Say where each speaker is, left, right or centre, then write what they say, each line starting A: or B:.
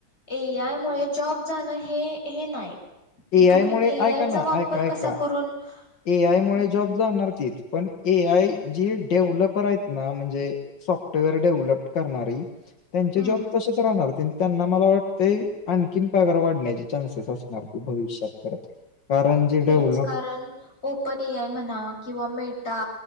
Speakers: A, on the left; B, on the left.
A: ए आय मुळे जॉब जाणं. हे हे नाय.
B: ए आय
A: तुम्ही
B: मुळे
A: ए
B: ऐका
A: आयचा
B: ना
A: वापर
B: ऐका ऐका
A: कसा करून,
B: ए आय
A: हम्म
B: मुळे जॉब जाणार ती. पण ए आय जी डेव्हलपर आहेत ना. म्हणजे सॉफ्टवेअर डेव्हलपड करणारी. त्यांचे
A: हम्म
B: जॉब तसेच राहणार. त्यांना मला वाटतें. आणखीन पगार वाढण्याचे चान्सेस असणार ते. भविष्यात परत. कारण जे डेव्हलप
A: तेच कारण ओपन ए आय म्हणा. किंवा मेटा.